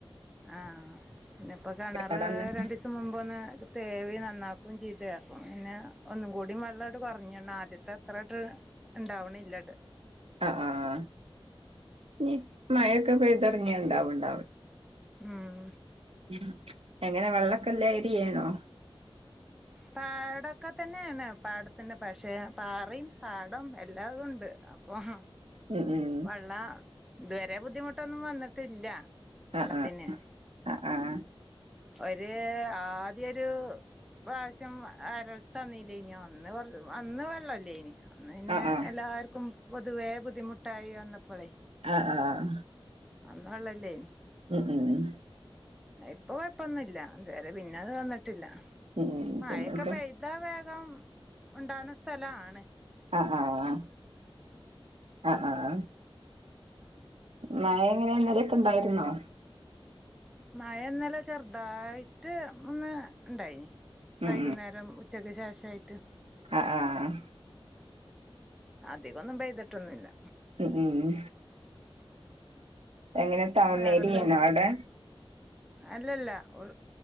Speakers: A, in the centre; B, on the right (about 80°).
A: ആഹ് പിന്നപ്പൊ കെണറ്
B: ആഹ്
A: രണ്ടീസ സം മുമ്പൊന്ന് തേവി നന്നാക്കും ചെയ്ത് അപ്പം പിന്നെ ഒന്നും കൂടി വെള്ളാട്ട് കൊറഞ്ണ് ആദ്യത്തെ അ ത്രാട്ട് ഇണ്ടാവണില്ല്യാട്ട്
B: ആഹ് ആഹ് ഇഞ് മഴൊക്കെ പെയ്തറങ്ങിയാ ഇണ്ടാവുണ്ടാവും
A: ഉം.
B: ഉം എങ്ങനെ വെള്ളക്കെല്ല ഏരിയേണോ?
A: പാടൊക്കെ തന്നെയാണ് പാടത്തന്നെ പക്ഷേ പാറിം, പാടും എല്ലാതുണ്ട്. അപ്പം
B: ഉം ഉം
A: വള്ള ഇതുവരെ ബുദ്ധിമുട്ടൊന്നും വന്നിട്ടില്ല വള്ളത്തിന്
B: ആഹ് ആഹ് ആഹ്
A: ഒര് ആദ്യയൊരു പ്ര പ്രാശ്യം വരൾച്ച വന്നീല്യേനിയൊ അന്ന് കൊറച്ച് അന്ന് വെള്ളല്ലേനി അന്ന് പിന്നെ
B: ആഹ് ആഹ് ആഹ്
A: എല്ലാർക്കും പൊതുവേ ബുദ്ധിമുട്ടായി വന്നപ്പളെ
B: ആഹ് ആഹ്
A: അന്ന് വെള്ളല്ലേനി.
B: ഉം ഊം.
A: ഇപ്പൊ കൊഴപ്പൊന്നുല്ല ഇതുവരെ പിന്നെ അത് വന്നിട്ടില്ല.
B: ഉം ഉം
A: മഴൊക്കെ
B: പിന്നെന്താ
A: പെയ്താ വേഗം ഉണ്ടാണ സ്ഥലാണ്.
B: ആഹ് ആഹ്. ആഹ് ആഹ്. മഴ എങ്ങനെ ഇന്നാല്യൊക്കെ ണ്ടായിരുന്നോ?
A: മഴ ഇന്നലെ ചെറുതായിട്ട് ഒന്ന് ഉണ്ടായ്നി.
B: ഉം
A: വൈകുന്നേരം ഉ ച്ചക്ക് ശേഷായിട്ട്.
B: അഹ് ആഹ്
A: അധികൊന്നും പെയ്തിട്ടൊന്നുല്ല.
B: ഉം ഊം എങ്ങനെ ടൗൺ
A: വേറെന്തഹ്
B: ഏരിയാണോ അവിടെ?
A: അല്ലല്ല ഉൾ